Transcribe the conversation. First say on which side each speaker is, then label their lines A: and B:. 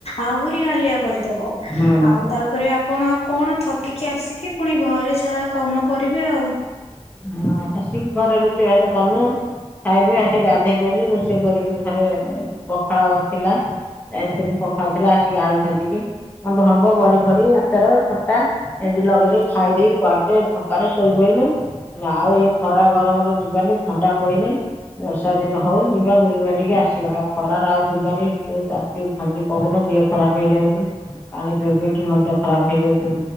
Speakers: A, on the left (about 70°); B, on the left (about 15°).
A: ଆହୁରି ହାଲିଆ କରିଦବ।
B: ହୁଁ
A: ଆଉ ତାପ୍ ତା'ପରେ, ଆପଣ ଆଉ କଣ ଥକିକି ଆସିକି, ଫୁଣି ଘରେ ଯାହା କାମ କରିବେ ଆଉ।
B: ହଁ, ଆସିକ ଘରେ ରୋଷେଇବାସ କଲୁ। ଖାଇଲି, ଆସି ଗାଧୋଇ ପଇଲି, ରୋଷେଇ କରିକି ଘରେ ପଖାଳ ଥିଲା। ଯାଇଥିଲି ପଖାଳଥିଲା, ଆସିକି ଆଳୁ ଭାଜିକି, ଆମ୍ବଫାମ୍ବ ବଡି ଫଡି, ଆଚାର, ଖଟା ଏମତି ଲଗେଇଦେଇ, ଖାଇଦେଇ କୁଆଡେ ଥକାରେ ଶୋଇପଇଲୁ। ଆଉ ଏଇ ଖରା ଗରମରେ ଯିବାନି, ଥଣ୍ଡା ପଇନେ ବର୍ଷା ଦିନ ହଉ, ଯିବା ବୁଲି ବାଲିକି ଆସିବା। ଆଉ ଖରାରେ ଆଉ ଯିବାନି। <unintelligible> ଆ ଏଇ ଝାଞ୍ଜି ପବନ ଦିହ ଖରାପ ହେଇଯାଉଛି। ପାଣି ପିଇ ପିଇ କି ମୁଣ୍ଡ ଖରାପ ହେଇଯାଉଛି,